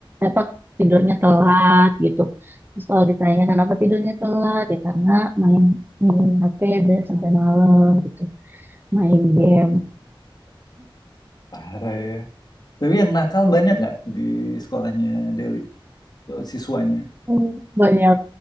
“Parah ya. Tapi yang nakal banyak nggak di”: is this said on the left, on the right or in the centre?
Left